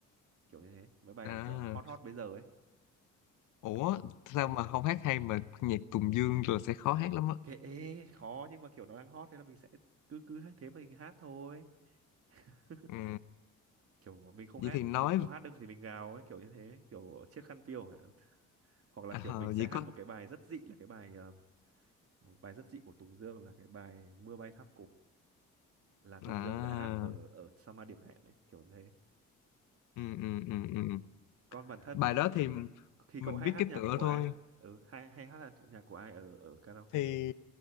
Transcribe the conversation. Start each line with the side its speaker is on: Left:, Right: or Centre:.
Right: kiểu như thế mấy bài
Left: à
Right: kiểu hot hot bây giờ ấy
Left: ủa sao mà không hát hay mà nhạc Tùng Dương rồi sẽ khó hát lắm á
Right: kệ khó nhưng mà kiểu nó đang hot thế là mình sẽ cứ cứ hát thế mà mình hát thôi <laughs>
Left: ừ,
Right: kiểu mình không
Left: vậy
Right: hát
Left: thì nói
Right: mình không hát được thì mình gào ấy kiểu như thế kiểu chiếc khăn piêu hả hoặc là
Left: à,
Right: kiểu mình sẽ
Left: vậy
Right: hát
Left: có
Right: một cái bài rất dị là cái bài ờ, một bài rất dị của Tùng Dương là cái bài Mưa bay tháp cổ là Tùng
Left: à
Right: Dương đã hát ở ở Summer Điểm Hẹn đấy kiểu như thế
Left: ừ, ừ, ừ, ừ.
Right: còn bản thân
Left: bài
Right: thì cũng
Left: đó thì
Right: thì
Left: mình
Right: cậu hay
Left: biết
Right: hát
Left: cái
Right: nhạc
Left: tựa
Right: của
Left: thôi
Right: ai ừ hay hay hát là nhạc của ai ở ở karaoke
Left: thì